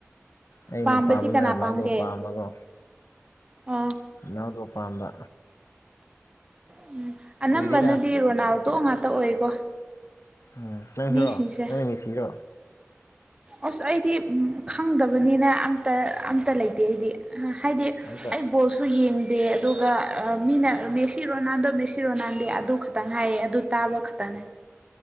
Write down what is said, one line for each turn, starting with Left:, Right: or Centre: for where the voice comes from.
Left: ꯑꯩꯅ
Right: ꯄꯥꯝꯕꯗꯤ
Left: ꯄꯥꯝꯕꯅ
Right: ꯀꯅꯥ
Left: ꯔꯣꯅꯥꯜꯗꯣ
Right: ꯄꯥꯝꯒꯦ
Left: ꯄꯥꯝꯕꯀꯣ
Right: ꯑꯣ
Left: ꯔꯣꯅꯥꯜꯗꯣ ꯄꯥꯝꯕ
Right: ꯎꯝ ꯑꯅꯝꯕꯅꯗꯤ
Left: ꯀꯨꯏꯔꯦꯗ
Right: ꯔꯣꯅꯥꯜ ꯗꫭ ꯉꯥꯛꯇ ꯑꯣꯏꯀꯣ
Left: ꯎꯝ ꯅꯪꯁꯨꯔꯣ
Right: ꯃꯤꯁꯤꯡꯁꯦ
Left: ꯅꯪꯅ ꯃꯦꯁꯤꯔꯣ
Right: ꯑꯁ ꯑꯩꯗꯤ ꯈꯪꯗꯕ ꯇꯕꯅꯤꯅ ꯑꯝꯇ ꯑꯝꯇ ꯂꯩꯇꯦ ꯑꯩꯗꯤ ꯍꯥꯏꯗꯤ
Left: ꯑꯁ ꯑꯝꯇ
Right: ꯑꯩ ꯕꯣꯜꯁꯨ ꯌꯦꯡꯗꯦ ꯑꯗꯨꯒ ꯃꯤꯅ ꯃꯦ ꯁꯤ ꯔꯣꯅꯥꯟꯗꯣ ꯃꯦꯁꯤ ꯔꯣꯅꯥꯟꯗꯦ ꯑꯗꯨ ꯈꯛꯇꯪ ꯍꯥꯏꯌꯦ ꯑꯗꯨ ꯇꯥꯕ ꯈꯇꯅꯦ